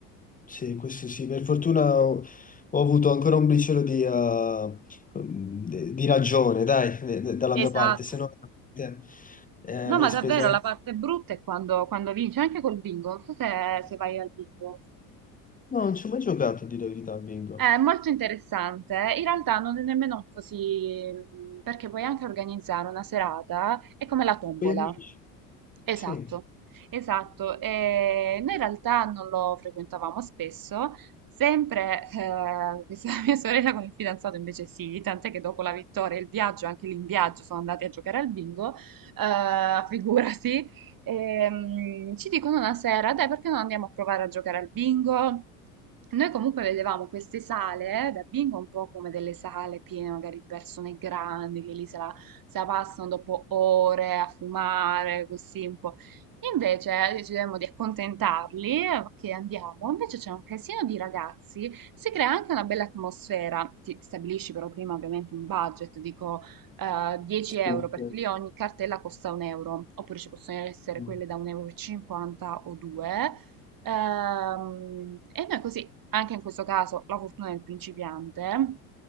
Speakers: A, on the left; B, on the right.
A: sì, questo sì, per fortuna ho, ho avuto ancora un briciolo di, eh, di- di ragione, dai, de- de- dalla mia
B: Esatto.
A: parte, se no eh, eh, avrei
B: No, ma davvero
A: speso anche...
B: la parte brutta è quando, quando vinci, anche col bingo, non so se, se vai al bingo.
A: No, non ci ho mai giocato, a dire la verità, a bingo.
B: È molto interessante, in realtà non è nemmeno così, mh, perché puoi anche organizzare una serata, è come la tombola.
A: Con gli amici,
B: Esatto,
A: sì.
B: esatto. E noi in realtà non lo frequentavamo spesso, sempre eh, questa <laughs> mia sorella con il fidanzato invece sì, tant'è che dopo la vittoria e il viaggio, anche lì in viaggio, sono andati a giocare al bingo, eh, figurasi. Ehm, ci dicono una sera, dai, perché non andiamo a provare a giocare al bingo? Noi comunque vedevamo queste sale, eh, da bingo un po' come delle sale piene magari di persone grandi che lì se la, se la passano dopo ore a fumare, così un po'. Invece eh, decidemmo di accontentarli, eh, che andiamo, invece c'è un casino di ragazzi, si crea anche una bella atmosfera, ti stabilisci però prima ovviamente un budget, dico eh, 10
A: Sì,
B: euro perché
A: eh,
B: lì ogni cartella costa un euro, oppure ci possono essere
A: mm,
B: quelle da 1,50 euro e cinquanta o 2. Ehm, e noi così, anche in questo caso, la fortuna del principiante,